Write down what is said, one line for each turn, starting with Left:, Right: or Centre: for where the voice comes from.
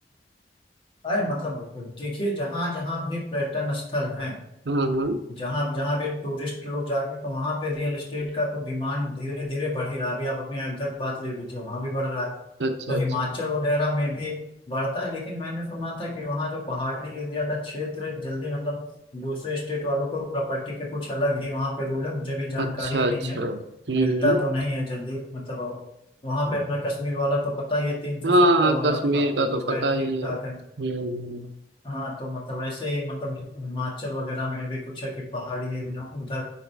Left: अरे मतलब देखिए जहाँ जहाँ भी पर्यटन स्थल हैं
Right: हाँ हाँ
Left: जहाँ जहाँ भी टूरिस्ट लोग जाते हैं तो वहाँ पे रियल एस्टेट का तो डिमांड धीरे धीरे बढ़ ही रहा है अभी आप अपने अयोध्या की बात ले लीजिए वहाँ भी बढ़ रहा है
Right: अच्छा
Left: तो हिमाचल
Right: अच्छा
Left: वगैरह में भी बढ़ता है लेकिन मैंने सुना था कि वहाँ जो पहाड़ी एरिया का क्षेत्र है जल्दी मतलब दूसरे स्टेट वालों को प्रॉपर्टी के कुछ अलग ही वहाँ पे रूल है मुझे भी जानकारी
Right: अच्छा अच्छा
Left: नहीं है
Right: हम्म
Left: मिलता
Right: हम्म
Left: तो नहीं है जल्दी मतलब वहाँ पे अपना कश्मीर वाला तो पता ही है तीन सौ
Right: हाँ
Left: सत्तर
Right: हाँ
Left: वाला
Right: कश्मीर
Left: था
Right: का तो
Left: तो खैर
Right: पता ही
Left: ठीक
Right: है
Left: ठाक
Right: हम्म
Left: है
Right: हम्म।
Left: हाँ तो मतलब ऐसे ही मतलब हिमाचल वगैरह में भी कुछ है कि पहाड़ी एरिया उधर